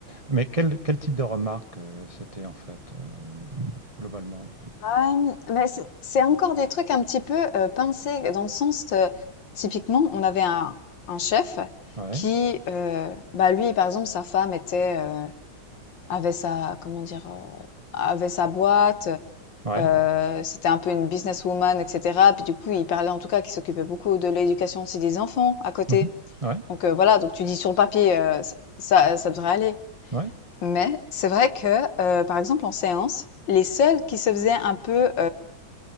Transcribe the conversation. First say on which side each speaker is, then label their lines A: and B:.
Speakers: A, on the right; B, on the left.
A: Mais quel quel type de remarque, heu, c'était en fait, heu, globalement?
B: Hem, mais c'est c'est encore des trucs un petit peu, heu, pincés dans le sens, heu, typiquement, on avait un un chef
A: Ouais,
B: qui, heu, bah, lui, par exemple, sa femme était, heu, avait sa comment dire? Heu, avait sa boîte,
A: ouais.
B: heu, c'était un peu une businesswoman et cetera. Puis, du coup, il parlait en tout cas qu'il s'occupait beaucoup de l'éducation aussi des enfants à côté.
A: Mmh mh. Ouais,
B: Donc, heu, voilà, donc tu dis sur le papier, heu, ç ça ça devrait aller.
A: ouais.
B: Mais c'est vrai que, heu, par exemple, en séance, les seuls qui se faisaient un peu,